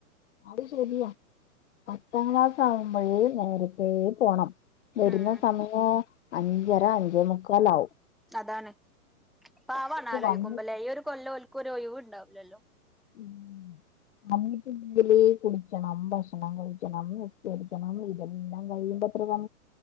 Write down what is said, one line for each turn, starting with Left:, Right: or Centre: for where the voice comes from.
Left: അത് ശരിയാ പത്താം ക്ലാസ് ആകുമ്പോഴേ നേരത്തെ പോണം. വരുന്ന
Centre: ഉം
Left: സമയോ അഞ്ചര അഞ്ചേ മുക്കാല ആവും
Centre: അതാണ് പവാണ് ആലോചിക്കുമ്പോല്ലേ
Left: വന്ന്
Centre: ഈ ഒരു കൊല്ലോൽക്ക് ഒരു ഒഴിവുണ്ടാവുലല്ലോ
Left: ഉം നമ്മിക്ക് ഇതലേ കുടിക്കണം ഭക്ഷണം കഴിക്കണം വപ്പ കഴിക്കണം ഇതെല്ലാം കഴ പത്ര കാ